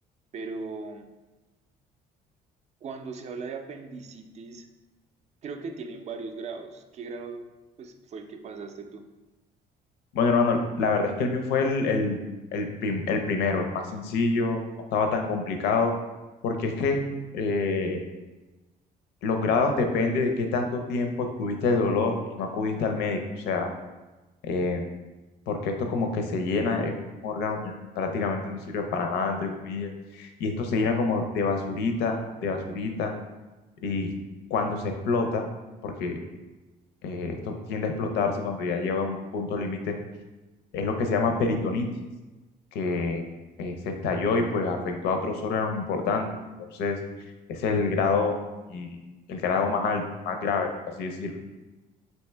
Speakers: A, on the right; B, on the left.
A: pero Cuando se habla de apendicitis, creo que tienen varios grados. ¿Qué grado, pues, fue el que pasaste tú?
B: Bueno, hermano, la verdad es que el mío fue el, el, el, prim- el primero, el más sencillo, no estaba tan complicado, porque es que eh, los grados depende de qué tanto tiempo tuviste el dolor y no acudiste al médico, o sea, eh, porque esto como que se llena, es un órgano que prácticamente no sirve para nada, entre comillas, y esto se llena como de basurita, de basurita, y cuando se explota, porque eh, esto tiende a explotarse cuando ya lleva a un punto límite es lo que se llama peritonitis, que eh, se estalló y pues afectó a otros órganos importantes. Entonces, ese es el grado y el grado más alto, más grave, por así decirlo.